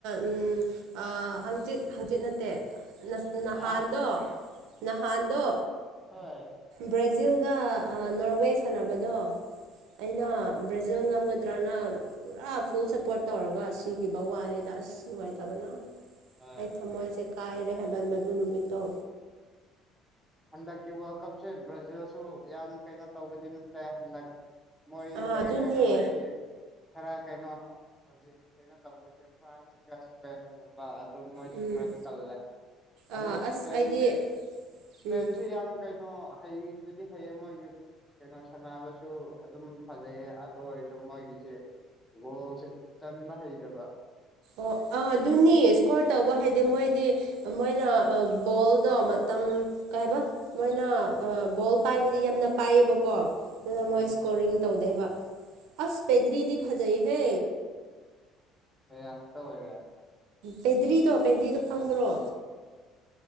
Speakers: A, on the right; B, in the centre.
A: ꯎꯝ ꯍꯪꯆꯤꯠ ꯍꯥꯡꯆꯤꯠ ꯅꯠꯇꯦ ꯅꯍꯥꯟꯗꯣ
B: ꯑꯥ
A: ꯅꯍꯥꯟꯗꯣ
B: ꯍꯣꯏ
A: ꯕ꯭ꯔꯥꯖꯤꯜ ꯑꯗꯨꯒ ꯅꯣꯔꯋꯦ ꯁꯥꯟꯅꯕꯗꯣ ꯑꯩꯅ ꯕ꯭ꯔꯥꯖꯤꯜ ꯉꯝꯒꯗ꯭ꯔꯅ ꯄꯨꯔꯥ ꯐꯨꯜ ꯁꯞꯄꯣꯔꯠ ꯇꯧꯔꯒ ꯁꯤꯈꯤꯕ ꯋꯥꯅꯤꯗ ꯑꯁ ꯅꯨꯡꯉꯥꯏꯇꯕꯅꯣ
B: ꯍꯣꯏ
A: ꯑꯩ ꯊꯝꯃꯣꯏꯁꯦ ꯀꯥꯏ ꯔꯦꯕꯔ ꯃꯗꯨ ꯅꯨꯃꯤꯠꯇꯣ
B: ꯍꯟꯗꯛꯀꯤ ꯋꯥꯔꯜ ꯀꯞꯁꯦ ꯕ꯭ꯔꯥꯖꯤꯜꯁꯨ ꯌꯥꯝ ꯀꯩꯅꯣ ꯇꯧꯕꯗꯤ ꯅꯠꯇꯦ ꯍꯟꯗꯛ ꯃꯣꯏꯗ
A: ꯑꯥ ꯑꯗꯨꯅꯦ
B: ꯀꯩꯅꯣ ꯍꯥꯏꯗꯤ ꯈꯔ ꯀꯩꯅꯣ ꯍꯧꯖꯤꯛ ꯀꯩꯅꯣ ꯇꯧꯕꯁꯦ ꯐ꯭ꯔꯥꯟꯁꯀ ꯏꯁꯄꯦꯟꯒꯨꯝꯕ ꯇ ꯆ
A: ꯎꯝ
B: ꯈꯗꯤ ꯀꯜꯂꯦ ꯑꯗꯨꯁ
A: ꯑꯥ ꯑꯁ
B: ꯐꯦꯟ
A: ꯑꯩꯗꯤ
B: ꯏꯁꯄꯦꯟꯁꯤ
A: ꯎꯝ
B: ꯌꯥꯝ ꯀꯩꯅꯣ ꯍꯩꯕꯗꯤ ꯍꯩ ꯑꯃꯒꯤ ꯀꯩꯅꯣ ꯁꯥꯟꯅꯕꯁꯨ ꯑꯗꯨꯝ ꯐꯖꯩꯌꯦ ꯑꯗꯨ ꯑꯣꯏꯔꯁꯨ ꯃꯣꯏꯒꯤꯁꯦ ꯒꯣꯁꯦ ꯆꯟꯕ ꯍꯩꯗꯕ
A: ꯑꯣ ꯑꯥ ꯑꯗꯨꯅꯤ ꯏꯁꯀꯣꯔ ꯇꯧꯕ ꯍꯥꯏꯗꯤ ꯃꯣꯏꯗꯤ ꯃꯣꯏꯅ ꯕꯣꯜꯗꯣ ꯃꯇꯝ ꯀꯩ ꯍꯥꯏꯕ ꯃꯣꯏꯅ ꯕꯣꯜ ꯄꯥꯏꯕꯗꯤ ꯌꯥꯝꯅ ꯄꯥꯏꯌꯦꯕꯀꯣ ꯑꯗꯨꯅ ꯃꯣꯏ
B: ꯎꯝ
A: ꯏꯁꯀꯣꯔꯤꯡ ꯇꯧꯗꯦꯕ ꯑꯁ ꯄꯦꯗꯔꯤꯗꯤ ꯐꯖꯩ ꯍ
B: ꯑꯩ ꯍꯛꯇ ꯑꯣꯏꯔ
A: ꯄꯦꯗ꯭ꯔꯤꯗꯣ ꯄꯦꯗ꯭ꯔꯤꯗꯣ ꯈꯪꯕ꯭ꯔꯣ